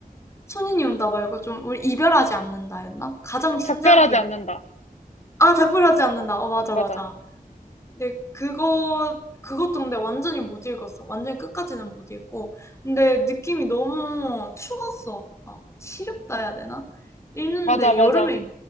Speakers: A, on the left; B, on the left.
A: 손인이 온다 말고 좀 우리 이별하지 않는다였나? 가장 신작이었고
B: 작별하지 않는다.
A: 아 작별하지 않는다. 어 맞아,
B: 맞아.
A: 맞아. 근데 그거 그것도 근데 완전히 못 읽었어. 완전히 끝까지는 못 읽고. 근데 느낌이 너무 추웠어. 아, 시렵다 해야 되나? 읽는데
B: 맞아, 맞아.
A: 여름에